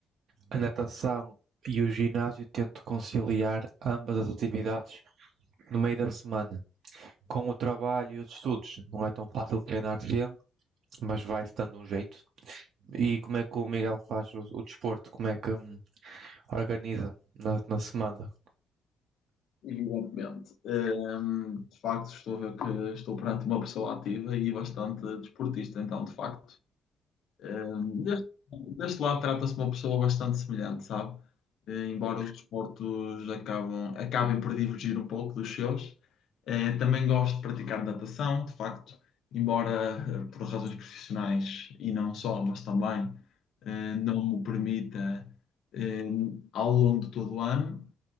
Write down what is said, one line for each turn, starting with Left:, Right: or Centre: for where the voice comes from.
Right: a natação e o ginásio tento conciliar ambas as atividades no meio da semana. Com o trabalho e os estudos, não é tão fácil treinar tempo, mas vai-se dando um jeito. E como é que o Miguel faz o, o desporto? Como é que hum, organiza na, na semana?
Left: Evidentemente. Ehm, de facto, estou a ver que estou perante uma pessoa ativa e bastante desportista, então, de facto. Hum, Deste, deste lado trata-se de uma pessoa bastante semelhante, sabe? Eh, Embora os desportos acabam, acabem por divergir um pouco dos seus, eh, também gosto de praticar natação, de facto, embora eh, por razões profissionais e não só, mas também eh, não me permita eh, ao longo de todo o ano,